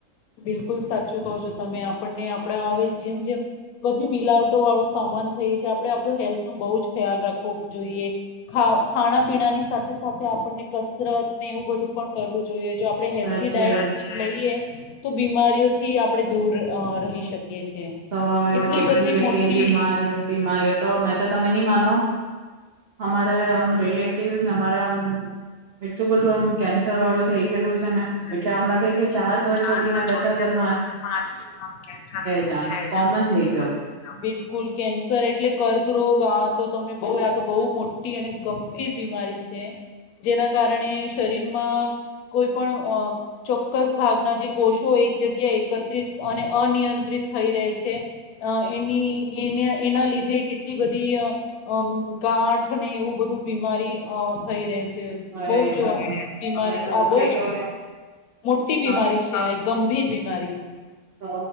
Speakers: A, on the left; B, on the right.
A: બિલકુલ સાચું કહો છો તમે આપણને ને આપડે હવે જેમ જેમ બધી મિલાવટો વાળું સામાન ખઈએ છીએ આપડે આપડુ હેલ્થ નો બહુ જ ખ્યાલ રાખવો જોઈએ ખાવ ખાણા પીણાની સાથે સાથે આપણને કસરત ને એવું બધું પણ કરવું જોઈએ જો આપડે
B: સાચે
A: હેલ્થ ડાયટ લઈએ તો બીમારીઓથી આપડે દૂર અ રહી શકીએ છે.
B: તો હવે
A: એટલી
B: તો કેટલી
A: બધી
B: કેટલી
A: મોટી
B: એ બીમારી બીમારીઓ તો મેં તો તમે નહી માનો અમારે આમ રિલેટિવસ ને અમારે આમ એટલું બધું આમ કેન્સર વાળું થઇ ગયલું છે ને
A: <inaudible>
B: એટલે આમ લાગે કે
A: ચાર ઘર
B: બધા
A: છોડીને
B: ઘરમાં
A: કે બધાના ઘરમાં આમ કેન્સર છે કોમન
B: જ આમ
A: થઈ
B: કોમન
A: ગયું,
B: થઈ ગયો
A: આમ બિલકુલ કેન્સર એટલે કર્કરોગ આ તો તમે બહુ આ તો બહુ મોટી અને ગંભીર બીમારી છે, જેના કારણે શરીરમાં કોઈ પણ ચોક્કસ ભાગના જે કોષો એક જગ્યા એકત્રિત અને અનિયંત્રિત થઈ રહે છે, અ એની એને એના લીધે કેટલી બધી અ અમ ગાઠ ઠ ને એવું બધું અ બીમારી થઈ રહે છે. છે
B: અરે
A: બહુ જ <unintelligible> અને બીમારી
B: મને તો હજી
A: આ બઉ જ
B: કેવ ને
A: મોટી બીમારી
B: આમ
A: છે, આ એક ગંભીર બીમારી
B: તો